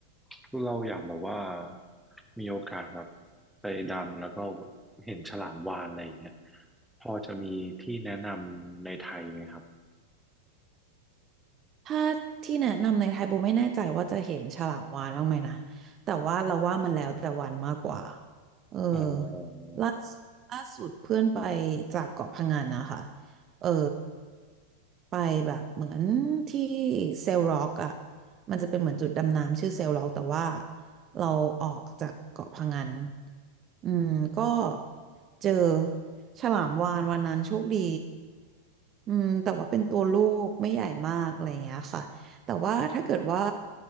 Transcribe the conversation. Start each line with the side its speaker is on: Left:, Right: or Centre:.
Centre: คือเราอยากแบบว่ามีโอกาสแบบไปดำแล้วก็เห็นฉลามวาฬอะไรอย่างเงี้ยพอจะมีที่แนะนำในไทยไหมครับ
Right: ถ้าที่แนะนำในไทยโบไม่แน่ใจว่าจะเห็นฉลามวาฬบ้างไหมนะแต่ว่าเราว่ามันแล้วแต่วันมากกว่าเออ
Centre: อ๋อ
Right: ล่าสุดล่าสุดเพื่อนไปจากเกาะพะงันนะคะเออไปแบบเหมือนที่เซลล็อกอ่ะมันจะเป็นเหมือนจุดดำน้ำชื่อเซลล็อกแต่ว่าเราออกจากเกาะพะงัน อืมก็เจอฉลามวาฬวันนั้นโชคดีอืมแต่ว่าเป็นตัวลูกไม่ใหญ่มากอะไรอย่างเงี้ยค่ะแต่ว่าถ้าเกิดว่า